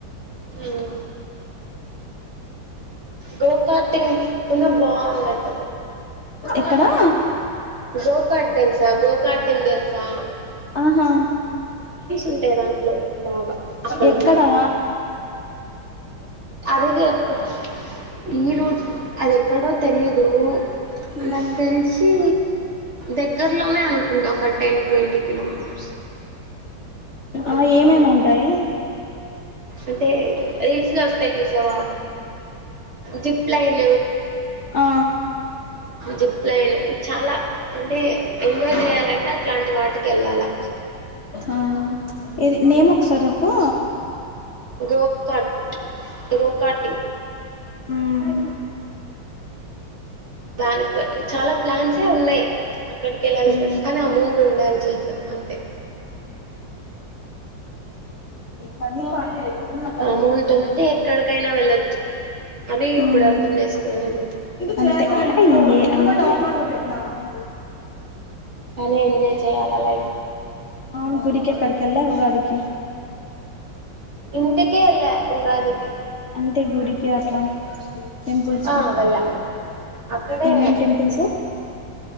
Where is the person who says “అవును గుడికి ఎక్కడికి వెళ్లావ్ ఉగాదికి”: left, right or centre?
Left